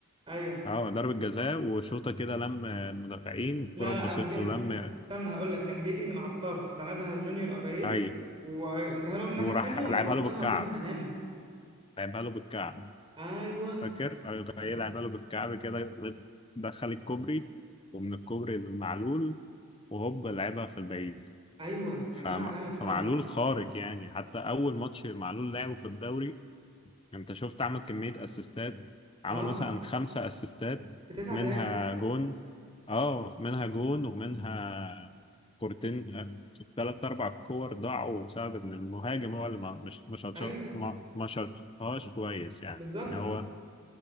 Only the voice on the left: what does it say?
اه ضربة جزاء وشوطة كده لم المدافعين الكرة
اتبسط
له لم
اي
وراح
لعبها
له بالكعب
لعبها له بالكعب
فاكر راح
يلعب قلب الكعب كده دخل الكوبري ومن الكوبري المعلول وهوب لعبها في البعيد
فم...
فمعلول خارج يعني حتى أول ماتش معلول لعبه في الدوري أنت شفت عمل كمية أسيستات عمل
مثلا خمسة أسيستات
منها
جون اه منها جون ومنها كورتين ثلاث أربع كور ضاعوا بسبب إن المهاجم هو اللي ما مش مش
ما شاطهاش كويس يعني
يعني هو